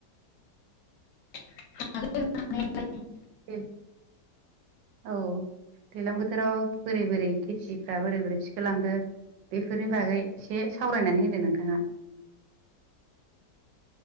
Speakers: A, on the left; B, on the right.
A: हागोन हानाय आलाय। <unintelligible>
B: दे औ। दैलां बोथोराव बोरै बोरै खेथिफ्रा बोरै बोरै थिखोलांखो बेफोरनि बागै। एसे सावरायनानै होदो नोंथांङा।